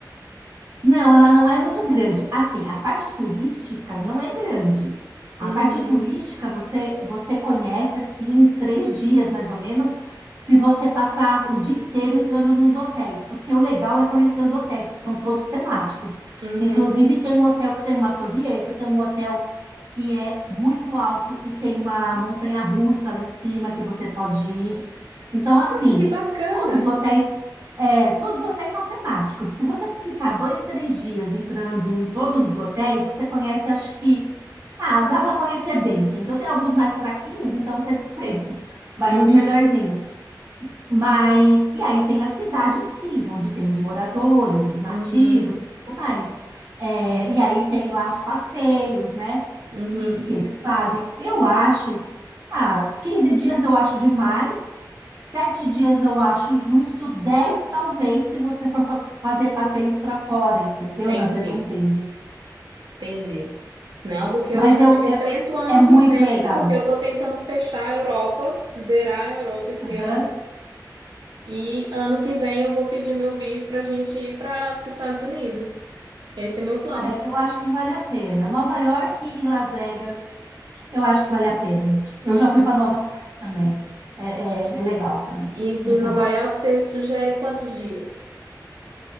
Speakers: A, on the right; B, on the right.
A: Não, ela não é muito grande. Assim, a parte turística não é grande. A
B: Uhum.
A: parte turística você você conhece assim em três dias mais ou menos, se você passar o dia inteiro entrando nos hotéis, porque o legal é conhecer os hotéis que são todos temáticos.
B: Uhum.
A: Inclusive tem um hotel que tem uma torre Eiffel, tem um hotel que é muito alto e tem uma montanha-russa lá em cima que você pode ir. Então assim,
B: Nossa, que bacana.
A: todos os hotéis é, todos os hotéis são temáticos. Se você ficar dois, três dias entrando em todos os hotéis, você conhece, acho que. Ah, dá para conhecer bem, entendeu? Tem alguns mais fraquinhos, então você <laughs> dispensa. Vai
B: Uhum.
A: nos melhorzinhos. Mas. E aí tem a cidade em si, onde tem os moradores, os nativos
B: Uhum.
A: e tudo mais. É, e aí tem lá os passeios, né?
B: Uhum.
A: Que, que eles fazem. Eu acho ah, 15 dias eu acho demais, 7 dias eu acho justo, 10 talvez, se você for fa- fazer passeios para fora, entendeu?
B: Entendi.
A: Nas redondezas.
B: Entendi. Não, porque hoje
A: Mas eu,
B: eu
A: eu-
B: penso o ano
A: é muito
B: que vem,
A: legal.
B: porque eu tô tentando fechar a Europa, zerar a Europa esse
A: Aham.
B: ano. E ano que vem eu vou pedir meu visto pra gente ir para os Estados Unidos. Esse é meu plano.
A: Ah, eu eu acho que vale a pena. Nova York e Las Vegas, eu acho que vale a pena. Eu
B: Uhum.
A: já fui para Nova York também. É, é, é legal também.
B: E em
A: Muito
B: Nova
A: bom.
B: York você sugere quantos dias?